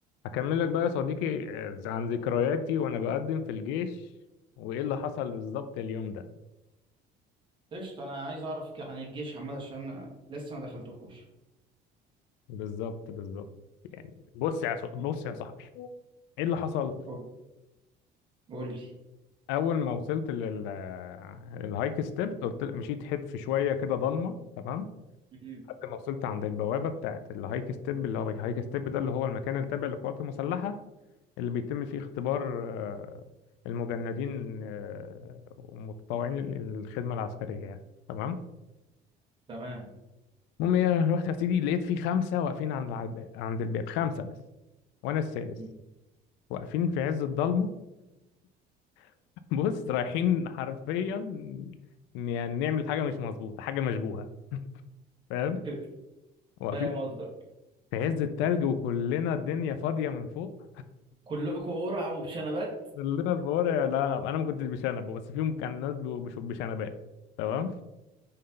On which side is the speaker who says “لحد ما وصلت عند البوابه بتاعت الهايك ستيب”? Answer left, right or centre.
Left